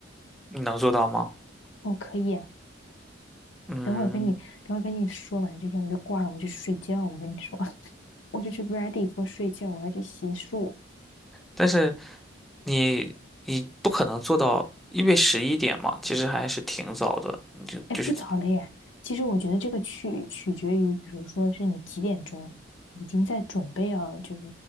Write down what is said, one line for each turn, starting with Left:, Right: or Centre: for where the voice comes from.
Centre: 你能做到吗？
Left: 我可以啊。
Centre: 嗯，
Left: 等会儿跟你，等会儿跟你说完这些，我就挂了，我就去睡觉。我跟你说，<laughs> 我就去 ready for 睡觉，我要去洗漱。
Centre: 但是你你不可能做到，因为十一点嘛，其实还是挺早的。你就就是，
Left: 哎，不早了耶。其实我觉得这个取取决于，比如说是你几点钟已经在准备要，就是